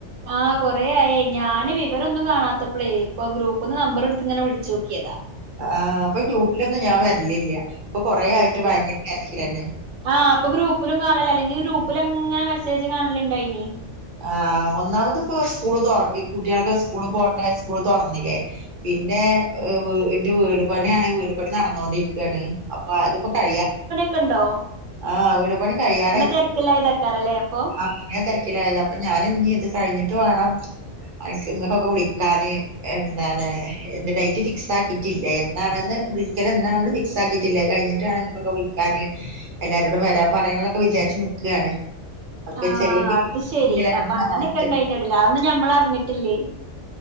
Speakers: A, on the right (about 80°); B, on the right (about 50°).
A: ആഹ കൊറയായി ഞാന് വിവരൊന്നും കാണാത്തപ്പളേ ഇപ്പൊ ഗ്രൂപ്പന്ന് നമ്പർ എടുത്ത് ഇങ്ങനെ വിളിച്ചു നോക്കിയതാ
B: ആ ഇപ്പൊ ഗ്രൂപ്പിലൊന്നും ഞാൻ വരലില്ല ഇപ്പൊ കൊറേ
A: അത്
B: ആയിട്ട്
A: ശെരി
B: ഭയങ്കര തിരക്കിലന്നെ
A: ആ അപ്പൊ ഗ്രൂപ്പിലും കാണലില്ല അല്ലെങ്കിൽ ഗ്രൂപ്പ ഗ്രുപ്പില്അങ്ങനെ മെസ്സേജ് കാണലുണ്ടായിന്ന്
B: ആ ഒന്നാമത് ഇപ്പോ സ്കൂള് ത കുട്ടേളത് സ്കൂള് പോണ്ട സ്കൂള് തോറന്നില്ലേ പി ഇന്റെ ഇന്റെ വീട് പണിയാണ് വീട്പണി നടന്നോണ്ടിരിക്കുകയാണ് അപ്പൊ അതിപ്പോ കഴിയാം
A: ക്കണ്ടോ
B: ആ വീട് പണി കഴിയാറായി
A: തിരക്കില്ലായതക്കാരല്ലേ അപ്പൊ
B: ആ അങ്ങനെ തിരക്കിലായത അപ്പൊ ഞാൻ ഇനി ഇത് കഴിഞ്ഞിട്ട് വേണം നിങ്ങൾക്കൊക്കെ വിളിക്കാന് എന്താണ് എന്റെ ഡേറ്റ് ഫിക്സ് ആക്കിട്ടില്ല എന്താണെന്ന് വിരിക്കല് എന്താണെന്ന് ഫിക്സ് ആക്കിയിട്ടില്ല കഴിഞ്ഞിട്ടാണ് ഇ ങ്ങക്കൊക്കെ വിളിക്കാന് എല്ലാരോടും വരാൻ പറയണ എന്നൊക്കെ വിചാരിച്ച് നിക്കാണ് അപ്പൊ
A: ആ
B: ചെറിയൊരു
A: അത് ശെരി
B: എല്ലാരോടും
A: അപ്പൊ അങ്ങനെയൊക്കെ
B: വരാഞ്ഞിട്ട്
A: ഇണ്ട് അതിന്റെ ഇടയിൽ അന്നും ഞമ്മൾ അറിഞ്ഞിട്ടില്ല